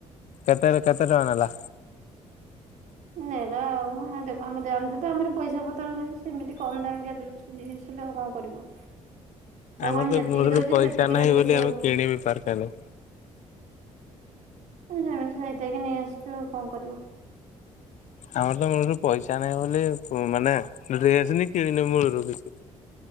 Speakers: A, on the left; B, on the right.
A: କେତେ କେତେ ଟଙ୍କା ନେଲା?
B: ନେଲା ଆଉ ଦେଖ ଆମ ଜାଣିଚୁ ତ ଆମର ପଇସା ପତ୍ର ନାହିଁ ସେମିତି କମ ଦାମ କିଆ ଡ୍ରେସ୍ ନେଇ ଆସିଲୁ ଆଉ କଣ କରିବୁ। ଭଗବାନ
A: ଆମର ତ
B: ଯେତିକି
A: ମୂଳୁରୁ
B: ଦଉଛି
A: ପଇସା
B: ସେତିକିରେ
A: ନାହିଁ
B: ଖୁସି
A: ବୋଲି ଆମେ
B: ହବୁ।
A: କିଣି ବି ପାରଲୁନି।
B: ଆରେ ଯେମିତି ଯାଇ ଥାଇକି ନେଇ ଆସିଛୁ ଆଉ କଣ କରିବୁ।
A: ଆମର ତ ମୂଳରୁ ପଇସା ନାହିଁ ବୋଲି ମାନେ ଡ୍ରେସ୍ ନି କିଣିନି ମୂଳରୁ କିଛି।